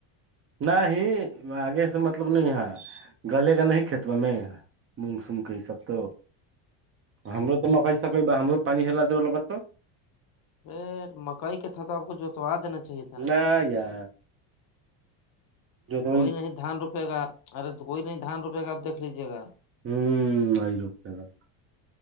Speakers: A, on the right (about 30°); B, on the left (about 45°).
A: نہیں آگے س مت مطلب نہیں یہاں گالے گ نہیں کھیتبا میں مونگ سگ کے یہ سب تو ہمر تو مکئی سکئی ب ہمر پانی ہےلا دول بات تو
B: ار مکائی کاط آپ کو جوتوا دینا چاہیے تھا
A: نہیں ار <unintelligible> ہوں
B: کوئی نہیں دھان روپے گا ارے کوئی نہیں دھان روپے گا آپ دیکھ لیجیے گا
A: ہوں نہیں روپے گا <unintelligible>